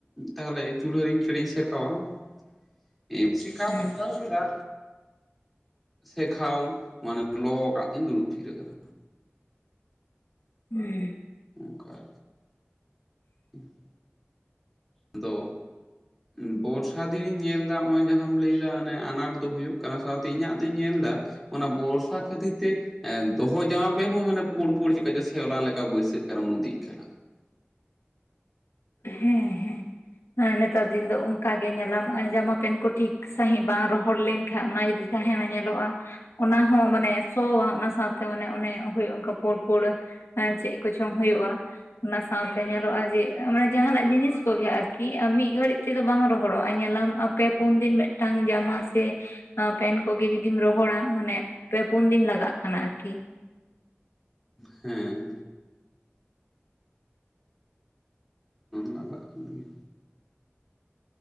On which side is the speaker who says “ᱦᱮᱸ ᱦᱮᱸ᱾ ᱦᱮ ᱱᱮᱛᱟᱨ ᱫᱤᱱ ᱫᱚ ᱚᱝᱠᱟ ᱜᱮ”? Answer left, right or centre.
Left